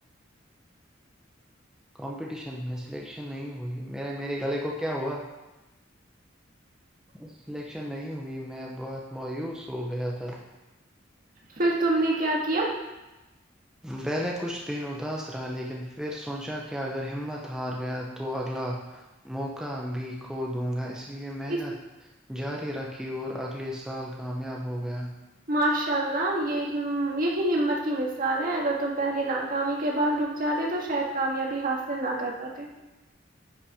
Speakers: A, in the centre; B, on the right.
A: کمپٹیشن میں سلیکشن نہیں ہوئی میر میرے گلے کو کیا ہوا سلیکشن نہیں ہوئی میں بہت مایوس ہو گیا تھا
B: پھر تم نے کیا کیا
A: پہلے کچھ دن اداس رہا لیکن پھر سوچا کہ اگر ہمت ہار گیا تو اگلا موقع بھی کھو دوں گا اسے لیے محنت
B: اس
A: جاری رکھی اور اگلے سال کامیاب ہو گیا
B: مش شاء اللہ یہ یہی ہمت کی مثال ہے اگر تم پہلے نہ کاامی کے بعد رک جاتے تو شاید کامیابی حاصل نہ کر پاتے